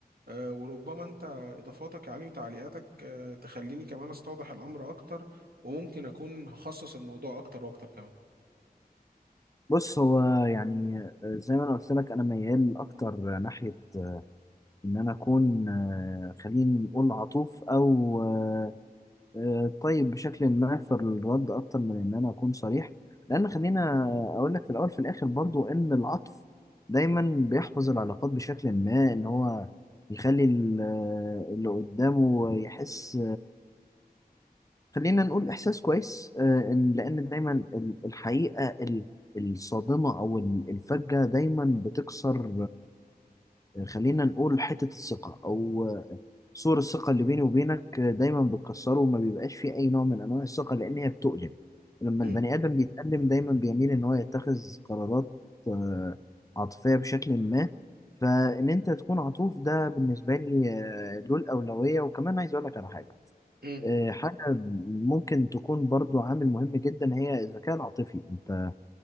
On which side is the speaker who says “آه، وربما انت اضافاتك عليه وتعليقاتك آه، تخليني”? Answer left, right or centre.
Right